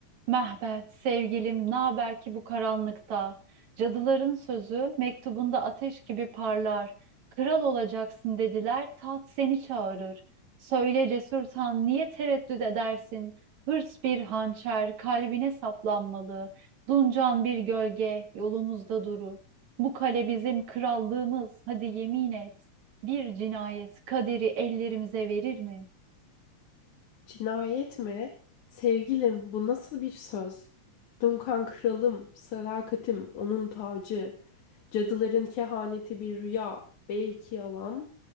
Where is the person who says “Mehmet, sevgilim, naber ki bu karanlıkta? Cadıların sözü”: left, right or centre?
Right